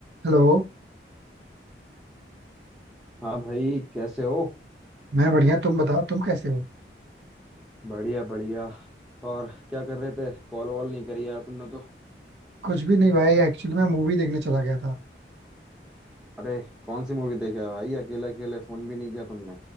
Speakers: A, on the right (about 75°); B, in the centre.
A: हेलो
B: हाँ भाई कैसे हो
A: मैं बढ़िया तुम बताओ तुम कैसे हो
B: बढ़िया बढ़िया और क्या कर रहे थे कॉल वॉल नहीं करी यार तुमने तो
A: कुछ भी नहीं भाई एक्चुअली मैं मूवी देखने चला गया था
B: अरे कौन सी मूवी देखी है भाई अकेले अकेले फोन भी नहीं किया तुमने